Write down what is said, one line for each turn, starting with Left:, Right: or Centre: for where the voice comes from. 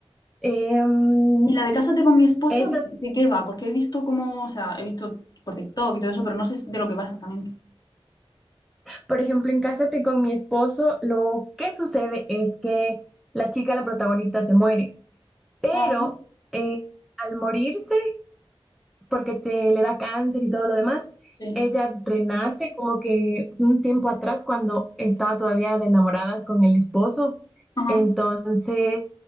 Centre: Em,
Left: Y la de Cásate con mi esposo,
Centre: esa,
Left: ¿de qué va? Porque he visto como, o sea, he visto por TikTok y todo eso, pero no sé de lo que va exactamente.
Centre: por ejemplo, en Cásate con mi esposo, lo que sucede es que la chica, la protagonista, se muere, pero
Left: Ajá,
Centre: eh, al morirse porque te le da cáncer y todo lo demás.
Left: sí.
Centre: Ella renace como que un tiempo atrás cuando estaba todavía de enamoradas con el esposo.
Left: Ajá.
Centre: Entonces,